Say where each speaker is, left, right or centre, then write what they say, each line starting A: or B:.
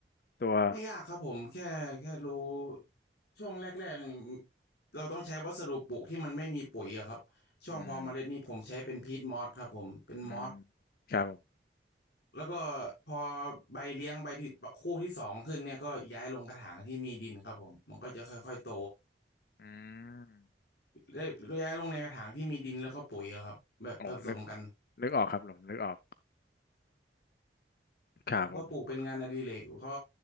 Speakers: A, on the left; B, on the left.
A: ตัว
B: ไม่ยากครับผมแค่แค่รู้ช่วงแรกๆนี่เราต้องใช้วัสดุปลูกที่มันไม่มีปุ๋ยอะครับช่วงเพอเมล็ดนี่ผมใช้เป็นพีทมอสครับผมเป็นมอส
A: อืมอืมครับผม
B: แล้วก็พอใบเลี้ยงใบที่คู่ที่สองขึ้นเนี่ยก็ย้ายลงกระถางที่มีดินครับผมมันก็จะค่อยๆโต
A: อืม
B: ได้ย้ายลงในกระถางที่มีดินแล้วก็ปุ๋ยอะครับแบบผสมกัน
A: อ๋อนึกนึกออกครับผมนึกออกครับผม
B: ผมก็ปลูกเป็นงานอดิเรกก็